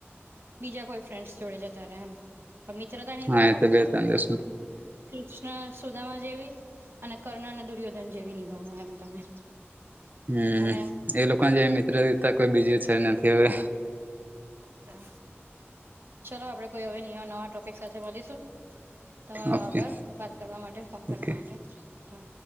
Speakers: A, on the right; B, on the right.
A: બીજા કોઈ ફ્રેન્ડ્સ જોડે જતા રે આમ પણ મિત્રતા નિભાવો
B: હા એ બે
A: તો
B: ત્રણ દિવસ
A: કૃષ્ણ સુદામા જેવી અને કર્ણ અને દુર્યોધન જેવી નિભાવો આમ તમે.
B: હમ્મ,
A: અને
B: એ લોકોને જે મિત્રતા કોઈ બીજી છે નથી હવે.
A: તા ચલો આપડે કોઈ હવે નિયા નવા ટોપિક સાથે મલીશું. તમારો
B: ઓકે
A: આભર વાત કરવા માટે ફોન કરવાર
B: ઓકે
A: માટે હા.